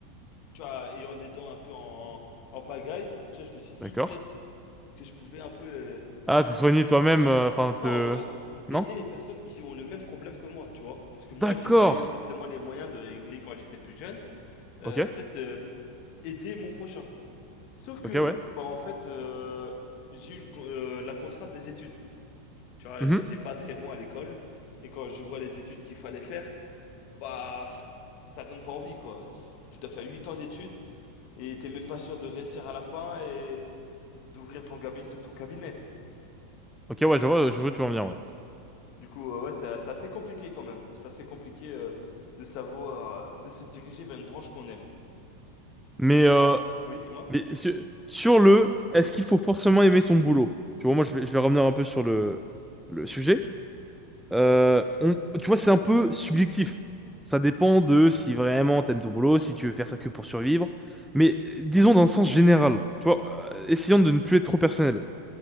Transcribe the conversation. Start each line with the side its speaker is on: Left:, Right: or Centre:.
Left: tu vois, ayant des dents un peu en, en pagaille, tu vois, je me suis dit
Centre: D'accord.
Left: peut-être que je pouvais un peu euh,
Centre: Ah, te soigner toi-même, euh, enfin,
Left: Non,
Centre: te...
Left: me- aider
Centre: Non?
Left: les personnes qui ont le même problème que moi, tu vois. Parce que moi,
Centre: D'accord.
Left: j'ai pas eu forcément les moyens de régler quand j'étais plus jeune. Euh,
Centre: Ok,
Left: peut-être euh, aider mon prochain. Sauf que,
Centre: ok, ouais.
Left: bah en fait, euh, j'ai eu le con- euh, la contrainte des études. Tu vois,
Centre: Mhm.
Left: j'étais pas très bon à l'école. Et quand je vois les études qu'il fallait faire, bah pff, ça donne pas envie, quoi. C'est- Tu dois faire 8 ans d'études et t'es même pas sûr de réussir à la fin et d'ouvrir ton gabi- ton cabinet.
Centre: Ok, ouais, je vois, je vois, où tu vas en venir, ouais.
Left: Du coup, euh, ouais, c'est c'est assez compliqué quand même. C'est assez compliqué euh, de savoir, euh, de se diriger vers une branche qu'on aime.
Centre: Mais,
Left: Parce que généralement...
Centre: euh,
Left: Oui, dis-moi.
Centre: mais su- sur le, est-ce qu'il faut forcément aimer son boulot? Tu vois, moi, je vais, je vais revenir un peu sur le, le sujet. Euh, on, tu vois, c'est un peu subjectif. Ça dépend de si vraiment t'aimes ton boulot, si tu veux faire ça que pour survivre. Mais euh, disons dans le sens général, tu vois, euh, essayons de ne plus être trop personnel.